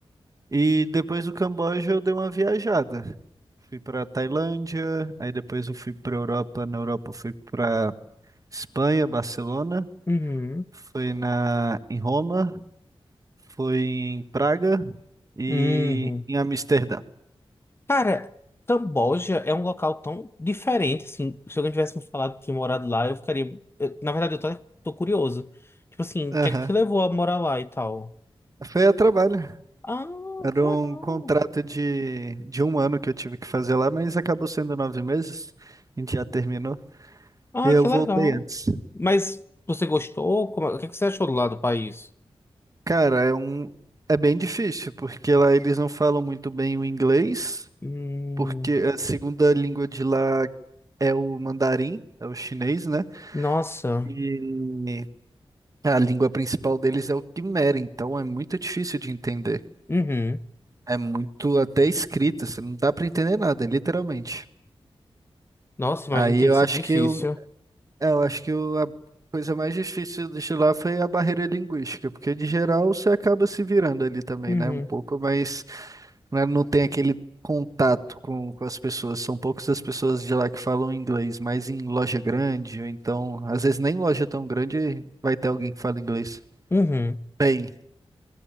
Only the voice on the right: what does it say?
e depois do Camboja eu dei uma viajada. Fui para Tailândia, aí depois eu fui para Europa, na Europa eu fui para Espanha, Barcelona,
fui na em Roma, fui em Praga e
em Amsterdã.
Aham.
Foi a trabalho.
Era
um contrato de, de um ano que eu tive que fazer lá, mas acabou sendo nove meses. A gente já terminou.
E eu
voltei
antes.
Cara, é um, é bem difícil, porque lá eles não falam muito bem o inglês,
porque a segunda língua de lá é o mandarim, é o chinês, né?
E a língua principal deles é o quimera, então é muito difícil de entender.
É muito até escrita, você não dá pra entender nada, literalmente.
Aí
eu
acho
que eu É, eu acho que o- a coisa mais difícil de lá foi a barreira linguística, porque de geral você acaba se virando ali também,
né? Um pouco, mas né, não tem aquele contato com, com as pessoas. São poucas as pessoas de lá que falam inglês, mas em loja grande, ou então, às vezes nem loja tão grande vai ter alguém que fala inglês.
Bem,